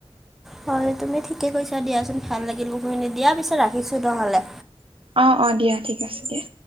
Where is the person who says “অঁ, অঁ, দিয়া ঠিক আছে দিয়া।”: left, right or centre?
Right